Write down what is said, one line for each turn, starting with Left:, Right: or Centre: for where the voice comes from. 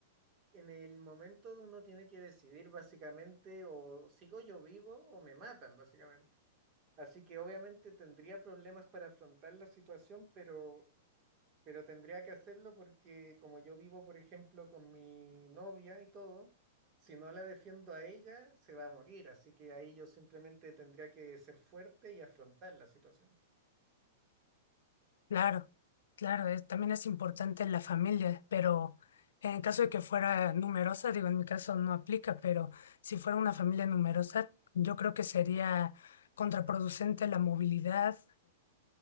Right: En el momento de uno tiene que decidir básicamente o sigo yo vivo o me matan, básicamente. Así que obviamente tendría problemas para afrontar la situación, pero pero tendría que hacerlo porque como yo vivo, por ejemplo, con mi novia y todo, si no la defiendo a ella, se va a morir, así que ahí yo simplemente tendría que ser fuerte y afrontar la situación.
Left: Claro, claro, es- también es importante la familia, pero en caso de que fuera numerosa, digo, en mi caso no aplica, pero si fuera una familia numerosa, yo creo que sería contraproducente la movilidad,